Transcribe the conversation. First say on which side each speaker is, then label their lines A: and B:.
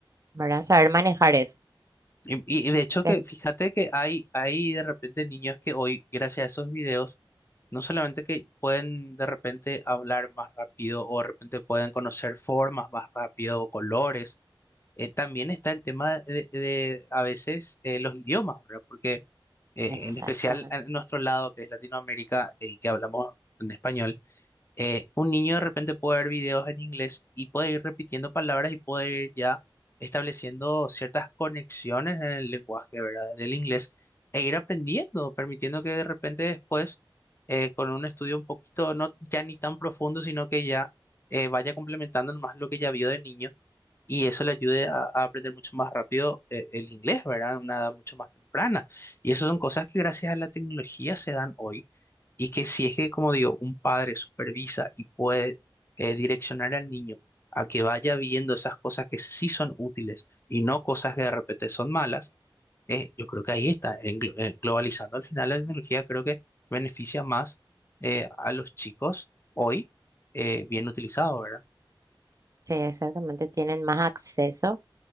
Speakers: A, on the right (about 40°); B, on the left (about 30°).
A: ¿verdad? Saber manejar eso.
B: Y, y- y de hecho
A: que-
B: que, fíjate que hay, hay de repente niños que hoy, gracias a esos videos, no solamente que pueden de repente hablar más rápido o de repente pueden conocer formas más rápido o colores eh, también está el tema de, de, a veces eh, los idiomas, ¿verdad? Porque eh,
A: Exactamente,
B: en especial en nuestro lado, que es Latinoamérica eh, y que hablamos en español, eh, un niño de repente puede ver videos en inglés y puede ir repitiendo palabras y puede ir ya estableciendo ciertas conexiones en el lenguaje, ¿verdad? Del inglés e ir aprendiendo, permitiendo que de repente después, eh, con un estudio un poquito, no ya ni tan profundo, sino que ya eh, vaya complementando más lo que ya vio de niño y eso le ayude a, a aprender mucho más rápido eh, el inglés, ¿verdad? A Una edad mucho más temprana. Y esas son cosas que gracias a la tecnología se dan hoy y que si es que, como digo, un padre supervisa y puede eh, direccionar al niño a que vaya viendo esas cosas que sí son útiles y no cosas que de repente son malas, eh, yo creo que ahí está, en glo- eh, globalizando al final la tecnología creo que beneficia más eh, a los chicos hoy eh, bien utilizado, ¿verdad?
A: sí, exactamente, tienen más acceso